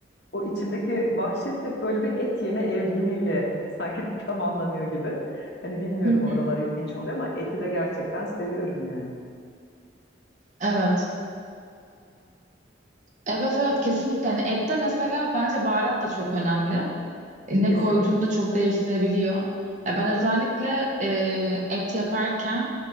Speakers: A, on the left (about 60°); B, on the right (about 40°).
A: O içimdeki vahşet hep böyle bir et yeme evrimiyle sanki <laughs> tamamlanıyor gibi. Hani bilmiyorum
B: Hı hı.
A: oralar ilginç oluyor ama eti de gerçekten seviyorum yani.
B: Evet. Evet evet kesinlikle. Yani ette mesela bence baharat da çok önemli. E, Ne
A: Kesinlikle.
B: koyduğunu da çok değiştirebiliyor. Ya ben özellikle e, et yaparken